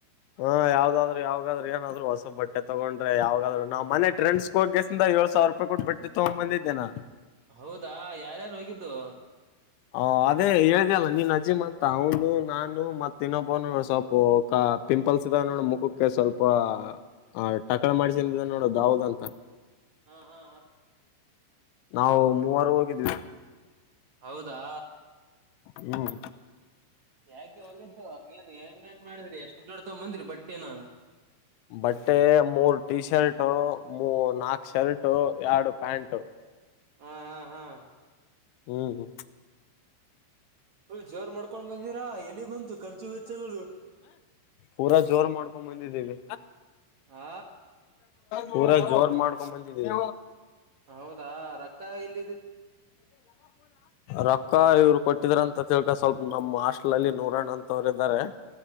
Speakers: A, on the left (about 85°); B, on the right (about 60°).
A: ಹಾ ಯಾವ್ದಾದ್ರು ಯಾವಾಗಾದ್ರರು ಏನಾದ್ರು ಹೊಸ ಬಟ್ಟೆ ತಗೊಂಡ್ರೆ ಯಾವಾಗಾದ್ರು ನಾವ್ ಮನೆ ಟ್ರೆಂಡ್ಸ್ ಹೋಗಸ ಏಳ್ ಸಾವಿರ ರೂಪಾಯಿ ಕೊಟ್ಟು ಬಿಟ್ಟ ತಗೊ್ ಬಂದಿದ್ದೇನಾ
B: ಹೌದಾ ಯಾರ್ಯಾರು ಹೋಗಿದ್ದು
A: ಹ ಅದೇ ಹೇಳ್ದ ಅಲ್ಲ ನೀನ್ ಅಜೀಮ್ ಅಂತ ಅವನು ನಾನು ಮತ್ ಇನ್ನೊಬ್ಬನು ಸ್ವಲ್ಪ ಪಿಂಪಲ್ಸ್ ಇದ ನೋಡ ಮುಖಕ್ಕೆ ಸ್ವಲ್ಪ ಆ ಟಕಳ ಮಾಡ್ಸಿದ ನೋಡ ದಾಾವದ್ ಅಂತ
B: ಹ್ಮ ಹಾ ಹಾ
A: ನಾವು ಮೂವರು ಹೋಗಿದ್ವಿ
B: ಹೌದಾ
A: ಹ್ಮ್
B: ಯಾಕೆ ಹೋಗಿದ್ದು ಏನ್ ಏನ್ೇಏನ್ ಮಾಡಿದ್ರಿ ಎಷ್ಟು ಜೋಡ ತಗ್ ಬಂದ್ರಿ ಬಟ್ೇನ
A: ಬಟ್ಟೆ ಮೂರ್ ಟಿ ಶರ್ಟ್ ಮೂ ನಾಕ್ು ಶರ್ಟ ಎರಡು ಪ್ಯಾಂಟ್
B: ಹಾ ಹಾ ಹಾ
A: ಹ್ಮ್ ಹ್ಮ
B: ಫುಲ್ ಜೋರ್ ಮಾಡ್ಕೊಂಡ್ ಬಂದಿರಾ ಎಲ್ಲಿ ಬಂತು ಖರ್ಚು ವೆಚ್ಚಗಳು
A: ಪೂರಾ ಜೋರ್ ಮಾಡ್ಕೊಂಡ್ ಬಂದಿದ್ದೇವಿ
B: ಆ
A: ಪೂರಾ ಜೋರ್ ಮಾಡ್ಕೊಂಡ್ ಬಂದಿದ್ದೀವಿ
B: ಹೌದಾ ರಕ್ಕ ಎಲ್ಲ
A: ರೊಕ್ಕ ಇವ್ರು ಕೊಟ್ಟಿದಾರ ಅಂತ ತಿಳ್ಕ ಸ್ವಲ್ಪ ನಮ್ಮ ಹಾಸ್ಟ್ಲ್ ಅಲ್ಲಿ ನೂರಣ್ಣ ಅಂತವರುಾರೆ